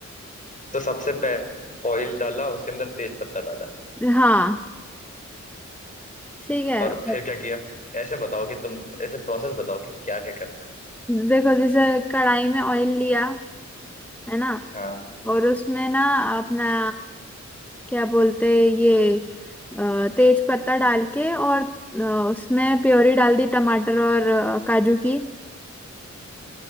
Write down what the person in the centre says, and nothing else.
हाँ ठीक है
और
देखो जैसे कढ़ाई में ऑयल लिया है ना
और उसमें ना अपना क्या बोलते हैं, ये अ, तेज पत्ता डाल के और अ, उसमें प्योरी डाल दी टमाटर और अ, काजू की